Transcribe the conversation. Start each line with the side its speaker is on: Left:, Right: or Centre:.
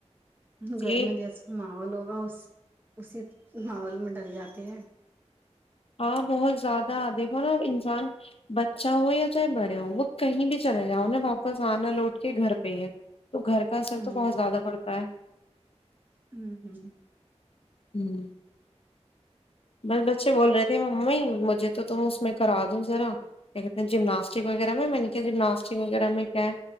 Left: جی
Right: گھر مجے اس معوا لوگا ہو اسی ناول میں ڈل جاتے ہیں
Left: ہاں بہت زیادہ دیکھو نا انسان بچہ ہو یا چاہے بڑے ہو وہ کہیں بھی چلے جاؤیں واپس آنا لوٹ کے گھر پہ ہی ہے تو گھر کا اثر
Right: ہوں
Left: تو بہت زیادہ پڑتا ہے
Right: ہوں
Left: ہوں بس بچے بول رہے تھے مجھے تو تم اس میں کرا دوں ذرا کہتے جمناسٹک وغیرہ میں میں نے کیا جمناسٹک وغیرہ میں کیا ہے